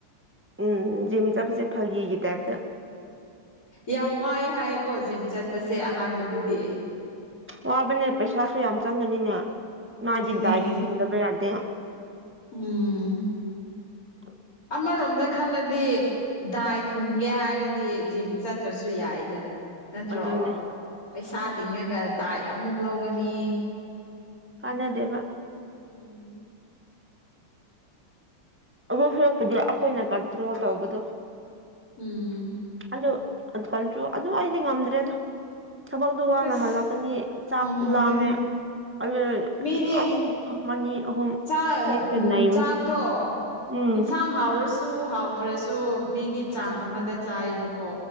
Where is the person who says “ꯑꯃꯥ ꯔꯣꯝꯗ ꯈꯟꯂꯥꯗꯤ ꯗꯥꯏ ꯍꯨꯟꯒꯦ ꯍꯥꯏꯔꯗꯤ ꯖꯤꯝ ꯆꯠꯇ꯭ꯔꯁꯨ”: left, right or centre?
Left